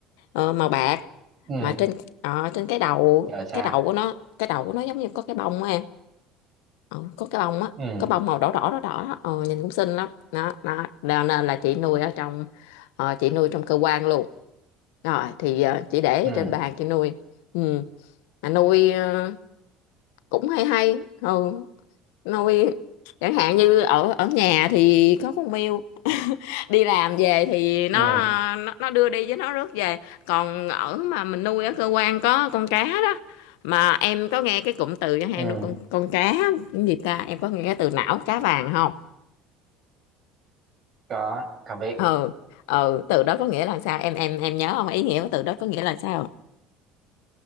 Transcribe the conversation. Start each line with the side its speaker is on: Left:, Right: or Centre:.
Left: ờ, màu bạc
Right: ừ.
Left: mà trên ờ, trên cái đầu
Right: Rồi sao?
Left: cái đầu của nó cái đầu của nó giống như có cái bông á em ờ, có cái bông á
Right: Ừ,
Left: có bông màu đỏ đỏ đỏ đỏ đó. ờ, nhìn cũng xinh lắm đó đó Cho nên là chị nuôi ở trong ờ, chị nuôi trong cơ quan luôn Rồi thì ờ, chị để
Right: ừ,
Left: trên bàn chị nuôi. Ừ. Mà nuôi ờ, cũng hay hay. Ừ. Nuôi chẳng hạn như ở ở nhà thì có con mèo <laughs> đi làm về thì nó
Right: ừ,
Left: ờ, nó, nó đưa đi với nó rước về. Còn ở mà mình nuôi ở cơ quan có con cá đó. Mà em có nghe cái cụm từ chẳng hạn
Right: ừ.
Left: nuôi con con cá cái gì ta? Em có nghe cái từ não cá vàng không?
Right: Có, có biết.
Left: Ừ. Ừ, từ đó có nghĩa là sao? Em em em nhớ không? Ý nghĩa của từ đó có nghĩa là sao?